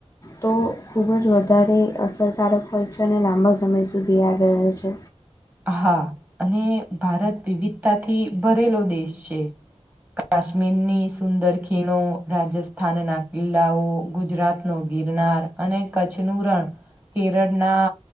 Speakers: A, on the left; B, on the right.
A: તો ખૂબ જ વધારે અસરકારક હોય છે અને લાંબા સમય સુધી યાદ રહે છે.
B: હા અને ભારત વિવિધતાથી ભરેલો દેશ છે. કાશ્મીરની સુંદર ખીણો રાજસ્થાનના કિલ્લાઓ ગુજરાતનો ગિરનાર. અને કચ્છનું રણ કેરળના.